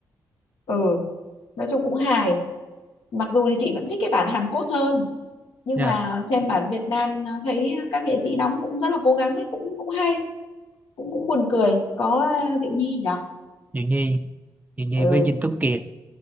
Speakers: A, on the left; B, on the right.
A: ừ. nói chung cũng hài mặc dù thì chị vẫn thích cái bản Hàn Quốc hơn nhưng
B: dạ
A: mà xem bản Việt Nam ờ, thấy các nghệ sĩ đóng cũng rất là cố gắng ấy, cũng cũng hay cũng cũng buồn cười có ờ, Diệu Nhi nhỉ
B: Diệu Nhi Diệu Nhi
A: ừ
B: với Dinh Tuấn Kiệt